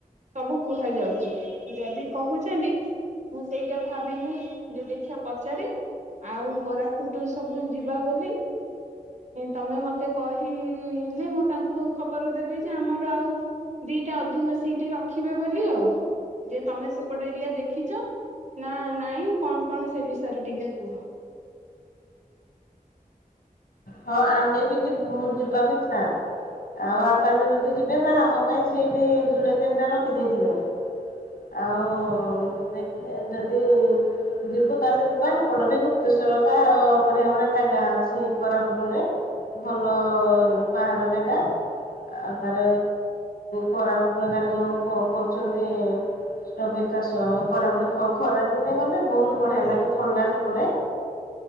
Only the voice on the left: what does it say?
ହଁ ଆମେ ବି ଯି ଯିବାକୁ ଇଚ୍ଛା ଆଉ ଆଉ ତାହେଲେ ଯଦି ଯିବେ ତାହେଲେ ଆମ ପାଇଁ ସେଇଠି ଯୋଡା ତିନିଟା ରଖିଦେଇଥିବେ ଆଉ ଦେଖ ଯଦି ଯିବୁ ତାହେଲେ ଯିବା ସେପଟ ବି ଗୁପ୍ତେଶ୍ୱର କା ବଢିଆ ବଢିଆ ଜାଗା ଅଛି। କୋରାପୁଟରେ ଭଲ ପାହାଡ଼ ଜାଗା ଆଉ ତାର କୋରାପୁଟ ଗ ଯୋଉ କରୁଛନ୍ତି ଷ୍ଟବେର ଚାଷ କୋରାପୁଟ ଖରା ଦିନେ ଗଲେ ବହୁତ ବଢିଆ ଲାଗେ ଥଣ୍ଡା ସେପଟେ